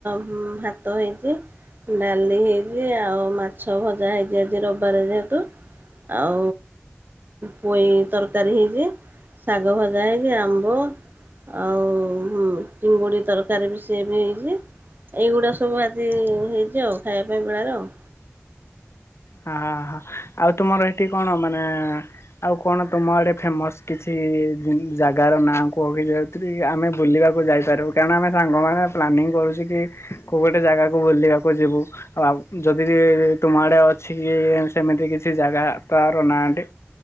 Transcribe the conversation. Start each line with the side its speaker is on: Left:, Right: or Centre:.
Right: ଉଁ ଭାତ ହେଇଚି, ଡାଲି ହେଇଚି ଆଉ ମାଛ ଭଜା ହେଇଚି ଆଜି ରବିବାର ଯେହେତୁ। ଆଉ ପୋଇ ତରକାରୀ ହେଇଚି, ଶାଗ ଭଜା ହେଇଚି, ଆମ୍ବ ଆଉ ଚିଙ୍ଗୁଡ଼ି ତରକାରୀ ବି ସିଏ ବି ହେଇଚି। ଏଇଗୁଡ଼ା ସବୁ ଆଜି ହେଇଚି ଆଉ, ଖାଇବା ପାଇଁ ବେଳାର ଆଉ।
Left: ହ ହ ଆଉ ତୁମର ଏଠି କଣ ମାନେ ଆଉ କଣ ତୁମ ଆଡେ ଫେମସ୍ କିଛି ଜି ଜାଗାର ନାଁ କୁହ କି ଯେ ଆମେ ବୁଲିବାକୁ ଯାଇପାରିବୁ କାରଣ ଆମେ ସାଙ୍ଗମାନେ ପ୍ଲାନିଂ କରୁଚି କି କେଉ ଗୋଟେ ଜାଗାକୁ ବୁଲିବାକୁ ଯିବୁ ଆଉ ଯଦି ବି ତୁମ ଆଡେ ଅ କିଛି କି ସେମିତି କିଛି ଜାଗା ତାର ନାଁଟି